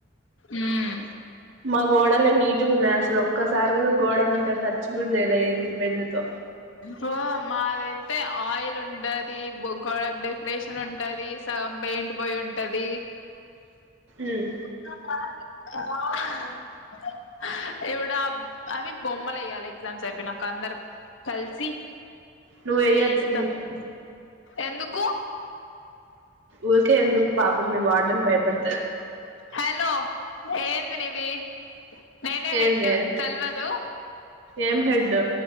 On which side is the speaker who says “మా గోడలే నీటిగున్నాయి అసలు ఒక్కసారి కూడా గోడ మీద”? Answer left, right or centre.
Right